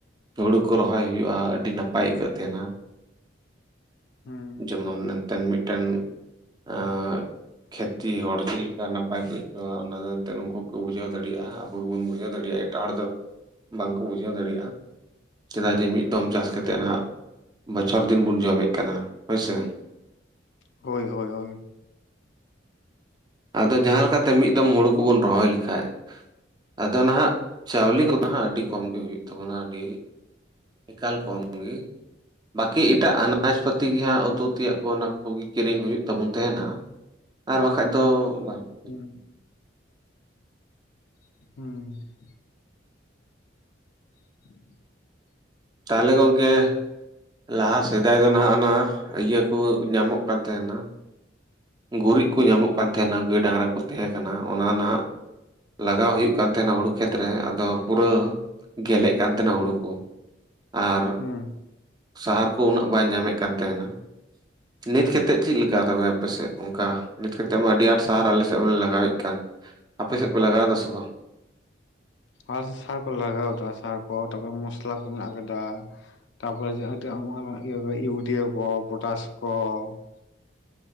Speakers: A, on the right; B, on the left.
A: ᱦᱩᱲᱩ ᱠᱚ ᱨᱚᱦᱚᱭ ᱦᱩᱭᱩᱜᱼᱟ ᱟᱹᱰᱤ ᱱᱟᱯᱟᱭ ᱟᱹᱭᱠᱟᱹᱜ ᱛᱟᱦᱮᱸᱱᱟ ᱾
B: ᱦᱩᱸ
A: ᱡᱮᱢᱚᱱ ᱮᱱ ᱛᱮᱱ ᱢᱤᱫᱴᱮᱱ ᱟᱸ ᱠᱷᱮᱛᱤ ᱦᱚᱲ ᱪᱮᱫ ᱞᱮᱠᱟ ᱱᱟᱯᱟᱭ ᱠᱚ ᱟᱹᱭᱠᱟᱹᱣᱟ ᱚᱱᱟ ᱫᱚ ᱮᱱᱛᱮᱫ ᱩᱱᱠᱩ ᱠᱚ ᱵᱩᱡᱷᱟᱹᱣ ᱫᱟᱲᱮᱭᱟᱜ-ᱟ ᱟᱵᱚ ᱜᱮᱵᱚᱱ ᱵᱩᱡᱟᱹᱣ ᱫᱟᱲᱮᱭᱟᱜ-ᱟ ᱾ ᱴᱟᱜ ᱦᱚᱲ ᱫᱚ ᱵᱟᱝᱠᱚ ᱵᱩᱡᱷᱟᱹᱣ ᱫᱟᱲᱮᱭᱟᱜ-ᱟ ᱪᱮᱫᱟᱜ ᱡᱮ ᱢᱤᱫ ᱫᱚᱢ ᱪᱟᱥ ᱠᱟᱛᱮᱜ
B: ᱦᱩᱸ
A: ᱱᱷᱟᱜ ᱼᱼ ᱵᱚᱪᱷᱚᱨ ᱫᱤᱱ ᱵᱚᱱ ᱡᱚᱢᱮᱜ ᱠᱟᱱᱟ ᱦᱚᱭᱥᱮ
B: ᱦᱚᱭ ᱦᱚᱭ ᱦᱚᱭ ᱾
A: ᱟᱫᱚ ᱡᱟᱦᱟᱸ ᱞᱮᱠᱟᱛᱮ ᱢᱤᱫ ᱫᱚᱢ ᱦᱩᱲᱩ ᱠᱚᱵᱚᱱ ᱨᱚᱦᱚᱭ ᱞᱮᱠᱷᱟᱡ ᱟᱫᱚ ᱱᱟᱦᱟᱜ ᱪᱟᱣᱞᱮ ᱠᱚᱫᱚ ᱦᱟᱸᱜ ᱟᱹᱰᱤ ᱠᱚᱢ ᱜᱮ ᱦᱩᱭᱩᱜ ᱛᱟᱵᱚᱱᱟ ᱟᱹᱰᱤ ᱼᱼ ᱮᱠᱟᱞ ᱠᱚᱢ ᱜᱮ ᱵᱟᱹᱠᱤ ᱮᱴᱟᱜ ᱟᱱᱟᱡᱽ ᱯᱟᱹᱛᱤ ᱜᱮ ᱦᱟᱸᱜ ᱼᱼ ᱩᱛᱤᱭᱟᱜ ᱠᱚ ᱚᱱᱟ ᱠᱚᱜᱮ ᱠᱤᱨᱤᱧ ᱦᱩᱭᱩᱜ ᱛᱟᱵᱚᱱ ᱛᱟᱦᱮᱸᱱᱟ ᱟᱨ ᱵᱟᱠᱷᱟᱡ ᱫᱚ ᱵᱟᱝ ᱾
B: ᱦᱩᱸ ᱾ ᱦᱩᱸ ᱾ <inaudible>
A: ᱛᱟᱦᱞᱮ ᱜᱚᱝᱠᱮᱼᱼ ᱞᱟᱦᱟ ᱥᱮᱫᱟᱭ ᱫᱚ ᱱᱟᱦᱟᱜ ᱚᱱᱟ ᱤᱭᱟᱹ ᱠᱚ ᱧᱟᱢᱚᱜ ᱠᱟᱱ ᱛᱟᱦᱮᱸᱱᱟ ᱼᱼ ᱜᱩᱨᱤᱡᱽ ᱠᱚ ᱧᱟᱢᱚᱜ ᱠᱟᱱ ᱛᱟᱦᱮᱸᱱᱟ ᱜᱟᱹᱭ ᱰᱟᱝᱨᱟ ᱠᱚ ᱛᱟᱦᱮᱸ ᱠᱟᱱᱟ ᱚᱱᱟ ᱱᱟᱦᱟᱜ ᱼᱼ ᱞᱟᱜᱟᱣ ᱦᱩᱭᱩᱜ ᱠᱟᱱ ᱛᱟᱦᱮᱱᱟ ᱦᱩᱲᱩ ᱠᱷᱮᱛ ᱨᱮ᱾ ᱟᱫᱚ ᱯᱩᱨᱟᱹ ᱜᱮᱞᱮᱜ ᱠᱟᱱ ᱛᱟᱦᱮᱱᱟ ᱦᱩᱲᱩ ᱠᱚ ᱾ ᱟᱨ
B: ᱦᱩᱸ
A: ᱥᱟᱦᱟᱨ ᱠᱚ ᱩᱱᱟᱹᱜ ᱵᱟᱭ ᱧᱟᱢᱮᱫ ᱠᱟᱱ ᱛᱟᱦᱮᱱᱟ, ᱱᱤᱛ ᱠᱟᱛᱮᱫ ᱪᱮᱫ ᱞᱮᱠᱟ ᱛᱮ ᱟᱯᱮᱥᱮᱫ? ᱚᱱᱠᱟ ᱱᱤᱛ ᱠᱟᱛᱮᱫ ᱢᱟ ᱟᱹᱰᱤ ᱟᱸᱴ ᱥᱟᱦᱟᱨ ᱟᱞᱮ ᱥᱮᱫ ᱢᱟᱞᱮ ᱞᱟᱜᱟᱣᱮᱫ ᱠᱟᱱ, ᱟᱯᱮ ᱥᱮᱫ ᱯᱮ ᱞᱟᱜᱟᱣᱫᱟ ᱥᱮ ᱵᱟᱝ?
B: ᱟᱨ ᱥᱟᱨ ᱠᱚ ᱞᱟᱜᱟᱣ ᱮᱫᱟ ᱥᱟᱨ ᱠᱚ ᱛᱟᱨᱯᱚᱨ ᱢᱩᱥᱞᱟ ᱠᱚ ᱢᱮᱱᱟᱜ ᱠᱟᱫᱟ ᱾ ᱛᱟᱯᱚᱨᱮ ᱡᱟᱦᱟᱸ <unintelligible> <unintelligible> ᱤᱭᱩᱨᱤᱭᱟᱹ ᱠᱚ ᱯᱚᱴᱟᱥ ᱠᱚ ᱼᱼ